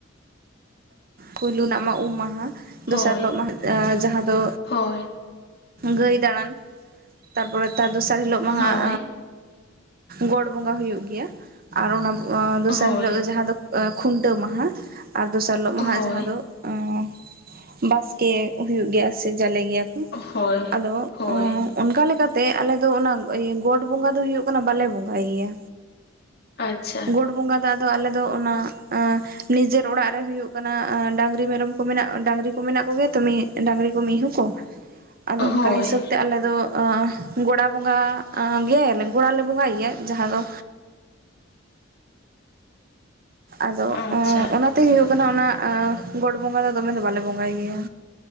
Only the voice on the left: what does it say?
ᱦᱳᱭ
ᱦᱳᱭ
ᱦᱳᱭ
ᱦᱳᱭ
ᱦᱳᱭ
ᱦᱳᱭ
ᱦᱳᱭ
ᱟᱪᱪᱷᱟ
᱾
ᱦᱳᱭ
ᱟᱪᱪᱷᱟ